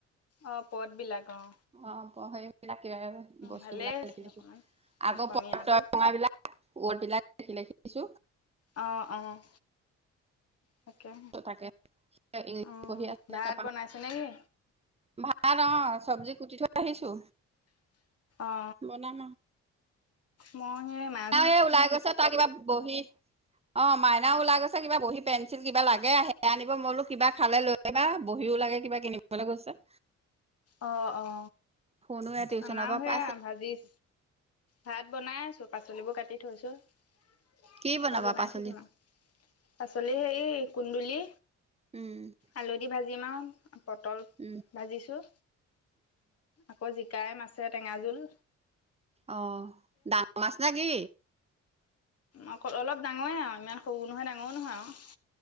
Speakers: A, on the left; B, on the right.
A: অ' পদ বিলাক। অ'হ।
B: অ' অ' প সেইবিলাক, কিবা বস্তু
A: ভালেই
B: বিলাক
A: আছিল
B: লিখি লিখি
A: অকণমান
B: আকৌ
A: অসমীয়াটো
B: পঙবিলাক ওৱদবিলাক লিখি লিখি দিছো।
A: অঁ অঁ তাকে
B: তাকে ইংলিছ
A: অ
B: পঢ়ি আছিলে
A: ভাত
B: তাৰপা
A: বনাইছে নে কি?
B: ভাত অ চব্জি কুটি থৈ আহিছো।
A: অ অ
B: বনাম
A: মই হে -
B: মাই এ ওলাই গৈছে তাৰ কিবা বহি- অ মাইনা ওলাই গৈছে কিবা বহি পেঞ্চিল কিবা লাগে আহে আনিব মলো কিবা খালে লৈ- কিবা বহীও লাগে কিবা কিনিবলৈ গৈছে।
A: অ অ
B: ফোনো এ টিউচনৰ
A: আমাৰো
B: পৰা
A: সেয়া
B: পাইছে।
A: ভাজি- ভাত বনাই আছো পাচলিবোৰ কাটি থৈছো তাৰপা
B: কি বনাবা
A: বনাই
B: পাচলি?
A: থাকিম আৰু। পাচলি হেই কুন্দুলি।
B: উম
A: আলুদি ভাজিম আৰু পটল
B: উম,
A: ভাজিছোঁ আকৌ জিকাই মাছে টেঙা জোল।
B: অ ডাঙৰ মাছ নে কি?
A: অ অলপ ডাঙৰে আৰু ইমান সৰু নহয় ডাঙৰো নহয় আৰু।